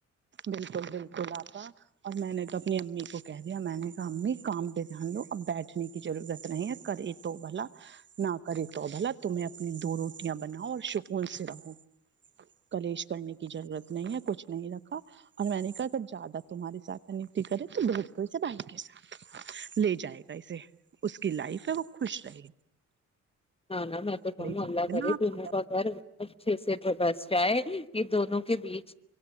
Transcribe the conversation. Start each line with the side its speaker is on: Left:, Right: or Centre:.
Right: بالکل بالکل آپ کا اور میں نے تو اپنی امی کو کہہ دیا میں نے کہا امی کام پہ دھیان دو اب بیٹھنے کی ضرورت نہیں ہے کرے تو بھلا نہ کرے تو بھلا تمہیں اپنی دو روٹیاں بناؤ اور سکون سے رہو کلیش کرنے کی ضرورت نہیں ہے کچھ نہیں رکھ اور میں نے کہا اگر زیادہ تمہاریےات نتی کرے تو ب کوے بھائی کے ساتھ لے جائے گا اسے اس کی لائف ہے وہ خوش رہے
Left: نہ نہ میں تو
Right: صحیح
Left: کہوں
Right: بات
Left: اللہ
Right: ہے
Left: کرے
Right: نا آپا،
Left: دونوں کا گھر اچھے سے بس جائے یہ دونوں کے بیچ